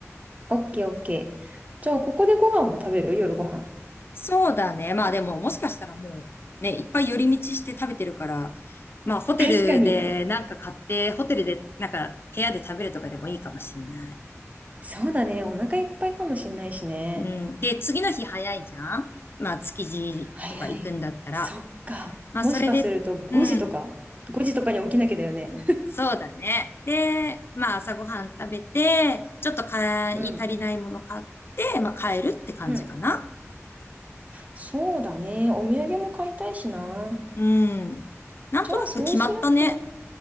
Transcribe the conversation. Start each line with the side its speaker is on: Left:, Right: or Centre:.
Right: オッケーオッケー。じゃあ、ここでご飯も食べる夜ご飯。
Left: そうだね。まあでも、もしかしたらもう、ね、いっぱい寄り道して食べてるから、まあホテルでなんか買って、
Right: <laughs> 確かに。
Left: ホテルでなんか部屋で食べるとかでもいいかもしんない。
Right: そうだね。お腹いっぱいかもしんないしね。
Left: うん。で、次の日早いじゃんまあ築地とか行くんだったら。
Right: 早い。そっか。
Left: まあそれで、
Right: もしかすると5時とか
Left: うん。
Right: ?5 時とかに起きなきゃだよね。
Left: そうだね。で、まあ朝ごはん食べて、ちょっと買い足りないもの買って、
Right: うん。
Left: まあ帰るって感じかな。
Right: うんそうだね。お土産も買いたいしな。
Left: うん。なんとなく決まったね。
Right: じゃあ、そうすると。